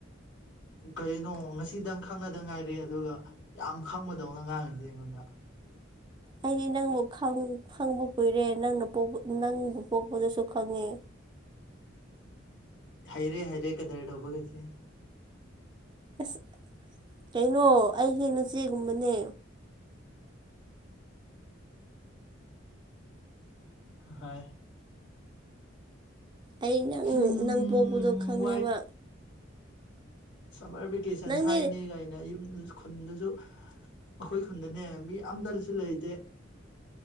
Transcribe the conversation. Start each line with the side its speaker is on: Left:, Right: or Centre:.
Left: ꯀꯩꯅꯣ ꯉꯁꯤꯗꯪ ꯈꯪꯅꯗ ꯉꯥꯏꯔꯤ ꯑꯗꯨꯒ ꯌꯥꯝ ꯈꯪꯕꯗꯧꯅ ꯉꯥꯡꯉꯤꯁꯦ ꯑꯩꯉꯣꯟꯗ <inaudible>
Right: ꯑꯩꯗꯤ ꯅꯪꯕꯨ ꯈꯪꯕ ꯀꯨꯏꯔꯦ ꯅꯪꯅ ꯄꫭꯛꯄ ꯅꯪꯕꯨ ꯄꯣꯛꯄꯗꯁꯨ ꯈꯪꯉꯦ
Left: ꯍꯩꯔꯦ ꯍꯩꯔꯦ ꯀꯗꯔ ꯇꯧꯕꯒꯖꯦ
Right: ꯑꯁ ꯀꯩꯅꯣ ꯑꯩꯖꯦ ꯅꯆꯦ ꯒꯨꯝꯕꯅꯦ
Left: ꯍꯣꯏ
Right: ꯑꯩ ꯅꯪ
Left: ꯍꯨꯝ
Right: ꯅꯪ ꯄꯣꯛꯄꯗꯣ ꯈꯪꯉꯦꯕ
Left: ꯁꯔꯃꯔꯕꯦ ꯀꯦꯁꯟ
Right: ꯅꯪꯗꯤ
Left: ꯊꯥꯏ ꯅꯤ ꯒꯥꯏ ꯒꯥꯔꯤ ꯑꯝꯇꯖꯨ ꯈꯨꯟꯗꯁꯨ ꯑꯩꯈꯣꯏ ꯈꯨꯟꯗꯅꯦ ꯃꯤ ꯑꯝꯇꯁꯨ ꯂꯩꯇꯦ